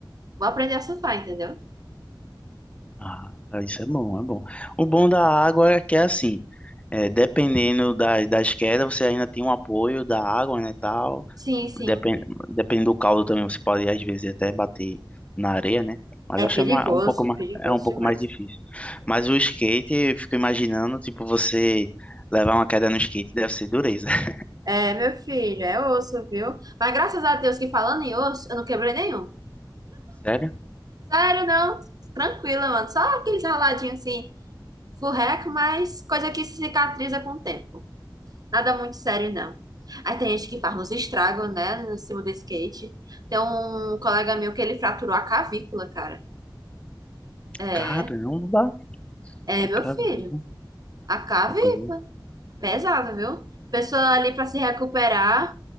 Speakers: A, on the right; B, on the left.
A: vou aprender a surfar, entendeu?
B: ah, isso é bom, é bom. O bom da água é que é assim, eh, dependendo da, das quedas, você ainda tem um apoio da água, né, tal.
A: Sim, sim.
B: Depende, dependendo do caldo também, você pode às vezes até bater na areia, né? Mas
A: É
B: acho
A: perigoso,
B: que é ma- um pouco mais,
A: perigoso
B: é um pouco
A: demais.
B: mais difícil. Mas o skate, eu fico imaginando, tipo, você levar uma queda no skate deve ser dureza. <laughs>
A: É, meu filho, é osso, viu? Mas graças a Deus que falando em osso, eu não quebrei nenhum.
B: Sério?
A: Sério, não. Tranquila, mano. Só aqueles raladinhos assim, furreco, mas coisa que se cicatriza com o tempo. Nada muito sério, não. Aí tem gente que faz uns estragos, né, no cima do skate. Tem um colega meu que ele fraturou a cavícula, cara. É,
B: Caramba,
A: é,
B: acredito.
A: meu filho. A cavícula
B: A coisa...
A: pesada, viu? Pessoa ali pra se recuperar.